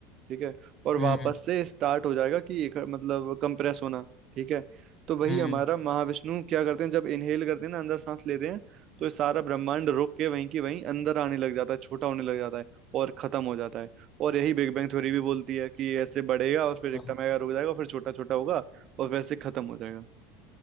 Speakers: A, on the right; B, on the left.
A: ठीक है और वापस
B: हम्म
A: से स्टार्ट हो जाएगा कि एक मतलब कंप्रेस होना ठीक है तो वही
B: हम्म
A: हमारा महाविष्णु क्या करते हैं जब इनहेल करते हैं ना अंदर सांस लेते हैं तो ये सारा ब्रह्मांड रुक के वहीं की वहीं अंदर आने लग जाता है छोटा होने लग जाता है और खत्म हो जाता है और यही बिग बैंग थ्योरी भी बोलती है कि ये ऐसे बढ़ेगा और फिर
B: हम्म
A: एक टाइम आएगा रुक जाएगा फिर छोटा छोटा होगा और वैसे खत्म हो जाएगा